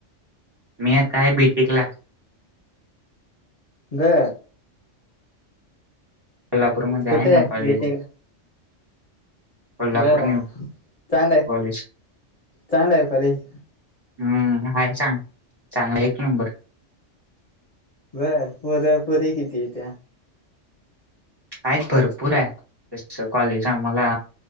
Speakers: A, on the right; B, on the left.
A: मी आताय बी टिकला
B: ब
A: कोल्हापूरमध्ये
B: कुठे
A: आहे न्यू कॉलेज
B: बीटकला
A: कोल्हापूर
B: ब
A: न्यू
B: चां आहे
A: कॉलेज
B: चांड आहे कॉलेज
A: हम्म हाय चांग चांग एक नंबर
B: बर पोर पुोरी किती य त्या
A: आहेत भरपूर आहे तस कॉलेज आम्हाला